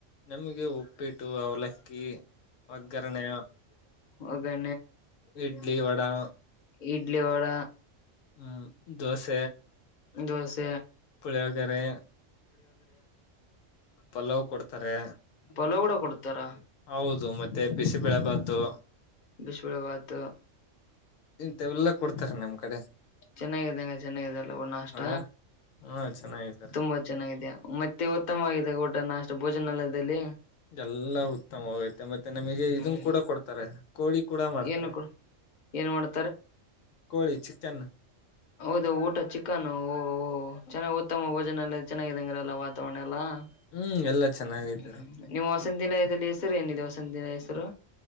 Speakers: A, on the left; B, on the left.
A: ನಮಗೆ ಉಪ್ಪಿಟ್ಟು ಅವಲಕ್ಕಿ ಒಗ್ಗರಣೆ
B: ಅದೇ
A: ಇಡ್ಲಿ ವಡಾ
B: ಇಡ್ಲಿ ವಡ
A: ಹ್ಮ್ ದಸ್
B: ಜೋಸ
A: ಪುಳಗ್ಯರೆ ಪಲಾವ್ ಕೊಡ್ತಾರೆ
B: ತಲ ಕೂಡ ಕೊಡ್ತಾರಾ
A: ಹೌದು ಮತ್ತೆ ಬಿಸಿಬಳೆ ಭಾತು
B: ಬಿಸಿಬೇಳೆ ಬಾತ್
A: ಇಂತ ಎಲ್ಲಾ ಕೊಡ್ತಾರ ನಮ್ ಕಡೆ
B: ಚೆನ್ನಾಗಿದ್ದಂಗ ಚೆನ್ನಾಗಾಗಿದೆಲ್ಲ ಹೂಣ ಅಷ್ಟ
A: ಹ ಹಾ ಚೆನ್ನಾಗತಾರೆ
B: ತುಂಬಾ ಚೆನ್ನಾಗಿದೆ ಮತ್ತೆ ಉತ್ತಮವಾಗಿದೆ ಊಡನ ಅಷ್ಟು ಭೋಜನಾಲಯದಲ್ಲಿ
A: ಎಲ್ಲ ಉತ್ತಮ ಹೋಗೈತೆ ಮತ್ತೆ ನಮಗೆ
B: ಹ್ಮ್
A: ಇದನ್ ಕೂಡ ಕೊಡ್ತಾರೆ ಕೋಳಿ ಕೂಡ ಮಾಡ್ತಾರೆ
B: ಏನು ಏನ್ ಮಾಡ್ತ
A: ಕೋಳಿ ಚಿಕನ್
B: ಹೌದ ಊಟ ಚಿಕನ್ ಓ ಒ ಚೆನ್ನಾಗ್ ಉತ್ತಮ ಭೋಜನ ಎಲ್ಲ ಚೆನ್ನಂಗ್ರ ಎಲ್ಲ ವಾತಾವರಣ ಎಲ್ಲ್ಮವು
A: ಹ್ಮ್ ಎಲ್ಲಾ ಚೆನ್ನಾಗಿದ್ದಾರೆ
B: <unintelligible> ವಸಂತಿಲಯದಲ್ಲಿ ಹೆಸರು ಏನಿದೆ ವಸಂತಿನ ಹೆಸರು